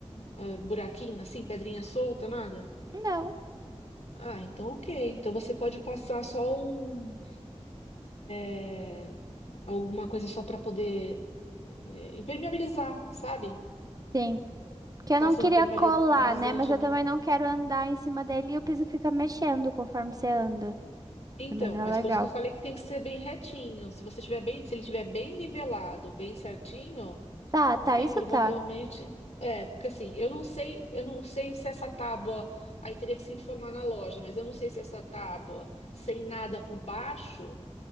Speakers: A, on the left; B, on the right.
A: eh, buraquinho assim, pedrinha solta, nada.
B: Não.
A: Ah, então ok. Então você pode passar só um, eh, alguma coisa só para poder eh, impermeabilizar, sabe?
B: Sim. Que eu
A: Passa
B: não queria
A: um impermeabilizante
B: colar, né? Mas eu
A: no.
B: também não quero andar em cima dele e o piso fica mexendo conforme você anda.
A: Então,
B: Também não
A: mas
B: é legal.
A: por isso que eu falei que tem que ser bem retinho. Se você tiver bem, se ele tiver bem nivelado, bem certinho,
B: Tá, tá,
A: aí
B: isso
A: provavelmente
B: tá.
A: é, porque assim, eu não sei, eu não sei se essa tábua, aí teria que se informar na loja, mas eu não sei se essa tábua sem nada por baixo,